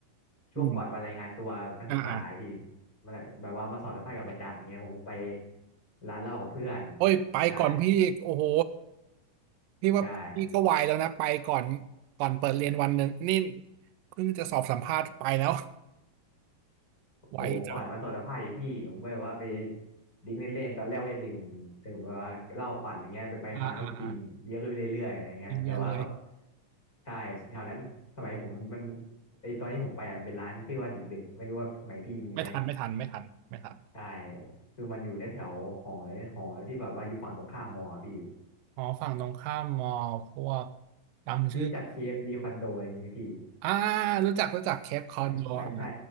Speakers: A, on the left; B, on the right.
A: ช่วงก่อนวันรายงานตัวนักศึกษาพี่
B: อืมอ่าอ่า
A: มาแบบว่ามาสอบสัมภาษณ์กับอาจารย์อย่างเงี้ยผมก็ไปร้านเหล้ากับเพื่อน
B: โอ้ยไปก่อนพี่อีกโอ้โห
A: ใช่
B: พี่ว่าพี่ก็ไวแล้วนะไปก่อน
A: ใช่
B: ก่อนเปิดเรียนวันหนึ่งนี่เพิ่งจะสอบสัมภาษณ์ไปแล้วไวจัง
A: โหก่อนมาสอนสัมภาษณ์อีกพี่ผมแบบว่าไปดิ้งเล่นๆตอนแรกว่าจะดื่มดื่มแบบว่าเหล้าปั่นอย่างเงี้ยไปไปมาก็กินเยอะขึ้นไปเรื่อยๆอะไรเงี้ยแต่ว่าก็
B: อ่าอ่าอ่าเย็นเยเลย
A: ใช่แถวนั้นสมัยผมมันไอตอนที่ผมไปอ่ะเป็นร้านชื่อว่าดึกๆไม่รู้ว่าสมัยพี่มีไหม
B: ไม่ทันไม่ทันไม่ทันไม่ทัน
A: ใช่คือมันอยู่แถวแถวหอหอที่แบบว่าอยู่ฝั่งตรงข้ามมอพี่
B: อ๋อฝั่งตรงข้ามมอพวกจำชื่อ
A: พี่รู้จักเคฟดีคอนโดอะไรอย่างงี้ไหมพี่
B: อ่ารู้จักรู้จักเคปคอนโดอ่ะ
A: ใช่ใช่ใช่